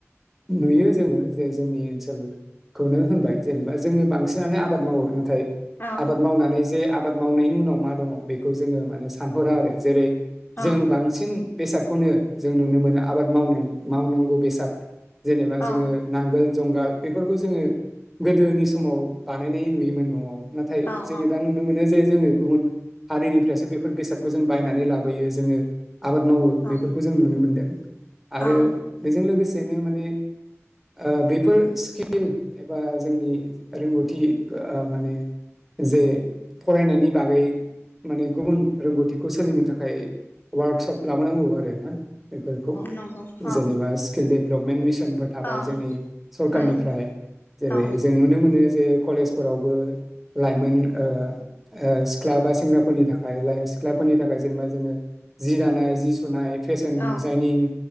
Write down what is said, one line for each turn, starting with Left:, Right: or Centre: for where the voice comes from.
Centre: नुयो जोङो जे जोंनि ओनसोलखौनो होनबाय जेनेबा जोङो बांसिनानो आबाद मावो नाथाय
Left: औ
Centre: आबाद मावनानै जे आब आबाद मावनायनि उनाव मा दङ बेखौ जोङो माने सानहरा आरो जेरै
Left: औ
Centre: जों बांसिन बेसाद खौनो जों नुनो मोनो आबाद मावनाय मावनांगौ बेसाद जेनेबा
Left: औ
Centre: जोङो नांगोल जुंगाल बेफोरखौ जोङो गोदोनि समाव बानायनाय नुयोमोन न'आव। नाथाय
Left: औ
Centre: जोङो दा नुनो मोनो जे जोङो गुबुन हारिनि फ्रायसो बेफोर बेसादखौ जों बायनानै लाबोयो जोङो आबाद मावो
Left: औ
Centre: बेफोरखौ जों नुनो मोनदों आरो
Left: औ
Centre: बेजों लोगोसे बेनो माने ओ बेफोर स्किल एबा जोंनि रोंगौथि माने जे फरायनायनि बागै माने गुबुन रोंगौथिखौ सोलोंनो थाखाय वार्कशप लाबोनांगौ आरो ना। बेफोरखौ
Left: नंगौ औ
Centre: जेनेबा स्किल डेभेलपमेन्ट मिसनफोर थाबाय
Left: औ
Centre: जोंनि सरखारनिफ्राय
Left: उम
Centre: जेरै
Left: औ
Centre: जों नुनो मोनो बे कलेजफोरावबो लाइमोन ओ ओ सिख्ला बा सेंग्रा फोरनि थाखाय सिख्लाफोरनि थाखाय जेनेबा जोङो जि दानाय जि सुनाय फेशन
Left: औ
Centre: डिजाइनिं